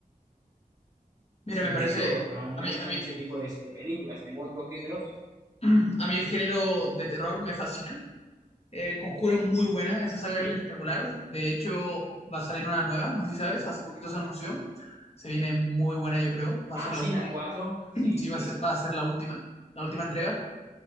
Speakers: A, on the left (about 45°); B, on the right (about 20°).
A: Mira,
B: Eh,
A: me
B: De
A: parece,
B: hecho, a mí
A: a
B: me
A: mí,
B: gustan
A: a mí,
B: ese tipo de, de películas. Tengo otros géneros.
A: <clears throat> a mí el género de terror me fascina. El Conjuro es muy buena, esa saga
B: Sí.
A: es espectacular. De hecho, va a salir una nueva, no sé si sabes, hace poquito se anunció. Se viene muy buena, yo creo. Va
B: Ah,
A: a ser
B: sí,
A: la última.
B: la cuatro Sí,
A: Sí,
B: sí.
A: va a ser, va a ser la última, la última entrega.